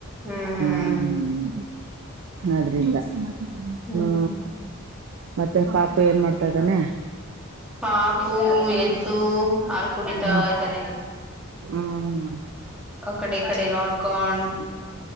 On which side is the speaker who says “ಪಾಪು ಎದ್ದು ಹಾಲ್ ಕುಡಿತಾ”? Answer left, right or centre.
Centre